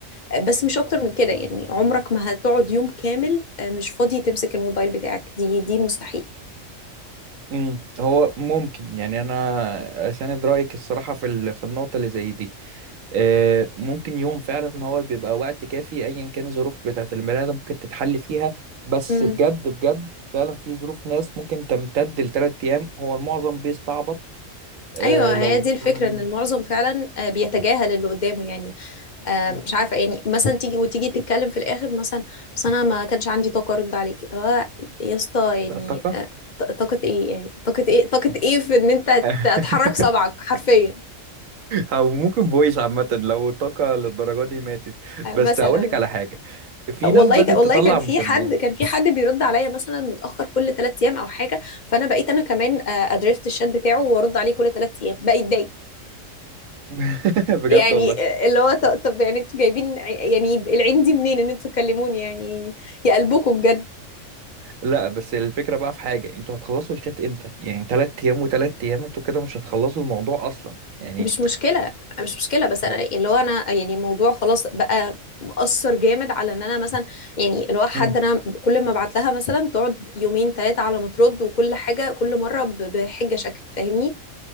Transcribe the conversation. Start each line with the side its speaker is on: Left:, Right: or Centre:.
Left: آه، بس مش اكتر من كده يعني عمرك ما هتقعد يوم كامل آه، مش فاضي تمسك الموبايل بتاعك دي دي مستحيل
Right: امم هو ممكن يعني انا اساند رايك الصراحه في ال- في النقطه اللي زي دي آه، ممكن يوم فعلا هو بيبقى وقت كافي ايا كان الظروف بتاعه البني ادم ممكن تتحل فيها بس
Left: امم
Right: بجد بجد فعلا في ظروف ناس ممكن تمتد لثلاث ايام هو المعظم بيستعبط آه،
Left: ايوه
Right: لو
Left: هي دي الفكره
Right: فعلا
Left: ان المعظم فعلا آه، بيتجاهل اللي قدامه يعني آه،
Right: مم.
Left: مش عارفه يعني مثلا تيجي وتيجي تتكلم في الاخر مثلا بس انا ما كانش عندي طاقه ارد عليك آه، يا اسطى يعني
Right: طاقه
Left: آه، ط- طاقه ايه يعني طاقه ايه طاقه ايه في ان انت هت-
Right: <laughs>
Left: هتحرك صبعك حرفيا
Right: او ممكن فويس عامه لو الطاقه للدرجه دي ماتت
Left: مثلا
Right: بس هقول لك
Left: يعني
Right: على حاجه في
Left: والله
Right: ناس بدأت
Left: ك... والله
Right: تطلع
Left: كان في
Right: مسميات
Left: حد كان في حد بيرد عليا مثلا متاخر كل ثلاث ايام او حاجه فانا بقيت انا كمان آه، ادريفت الشات بتاعه وارد عليه كل ثلاث ايام بقيت ضايق
Right: <laughs> بجد
Left: يعني
Right: والله
Left: آه، اللي هو ط- طب يعني انتوا جايبين ع- يعني العين دي منين ان انتوا تكلموني يعني يا قلبكم بجد
Right: لا بس الفكرة بقى في حاجة انتوا هتخلصوا الشات امتى يعني تلات ايام وتلات ايام انتوا كده مش هتخلصوا الموضوع اصلا يعني
Left: مش مشكله مش مشكله بس انا اللي هو انا يعني الموضوع خلاص بقى مأثر جامد على ان انا مثلا يعني اللي هو حد
Right: امم
Left: انا كل ما ابعت لها مثلا تقعد يومين ثلاثه على ما ترد وكل حاجه كل مره ب- بحجه شكل فاهمني